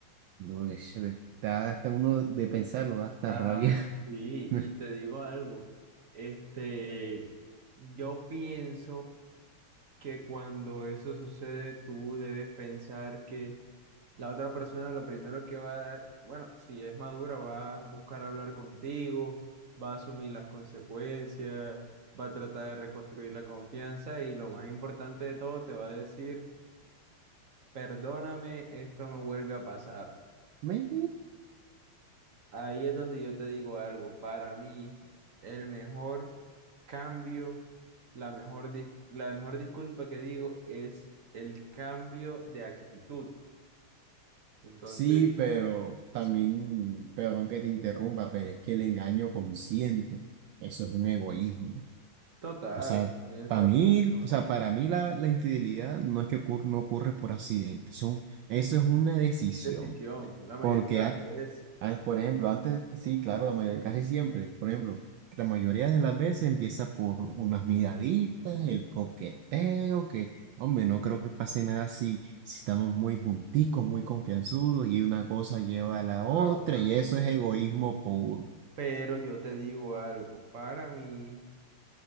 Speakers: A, on the right; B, on the right.
A: No, es- eh, da hasta uno de pensarlo, da hasta
B: Ah,
A: rabia.
B: sí,
A: <laughs>
B: y te digo algo, este, yo pienso que cuando eso sucede, tú debes pensar que la otra persona lo primero que va a, bueno, si es madura, va a buscar hablar contigo, va a asumir las consecuencias, va a tratar de reconstruir la confianza y lo más importante de todo, te va a decir, perdóname, esto no vuelve a pasar.
A: Me-
B: Ahí es donde yo te digo algo. Para mí, el mejor cambio, la mejor, dis- la mejor disculpa que digo es el cambio de actitud. Entonces,
A: Sí, pero también,
B: sí,
A: perdón que te interrumpa, pero es que el engaño consciente, eso es un egoísmo.
B: total,
A: O sea,
B: tienes
A: para
B: toda
A: mí,
B: la razón.
A: o sea, para mí la, la infidelidad no es que ocur- no ocurre por accidente, son, eso es una decisión.
B: Decisión, la mayoría
A: Porque,
B: de las
A: a-
B: veces,
A: a- por ejemplo, antes, sí, claro, la mayoría, casi siempre, por ejemplo, la mayoría de las veces empieza por unas miraditas, el coqueteo, que, hombre, no creo que pase nada si, si estamos muy junticos, muy confianzudos y una cosa lleva a la
B: o
A: otra
B: la otra.
A: y eso es egoísmo puro.
B: Pero yo te digo algo. Para mí.